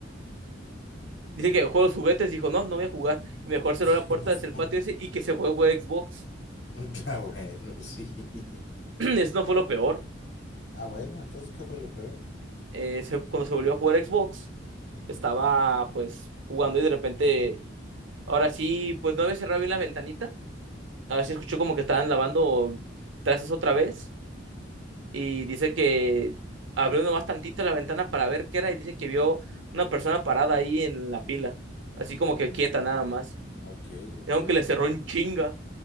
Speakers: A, on the right; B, on the left.
A: Dice que jugó los juguetes, dijo, no, no voy a jugar. Y mejor cerró
B: <laughs> Sí,
A: la puerta
B: pues
A: hacia el patio
B: no.
A: ese y que se fue a jugar Xbox.
B: <laughs> Ah, bueno, sí.
A: <clears throat> Eso no fue lo peor.
B: Ah, bueno, entonces, ¿qué fue lo peor?
A: Eh, se- cuando se volvió a jugar Xbox, estaba pues jugando y de repente, ahora sí, pues no había cerrado bien la ventanita a ver si escuchó como que estaban lavando trastes otra vez y dice que abrió nomás tantito la ventana para ver qué era y dice que vio una persona parada ahí en la pila, así como que quieta
B: Madre.
A: nada más.
B: Ok, ok.
A: Y aunque le cerró en chinga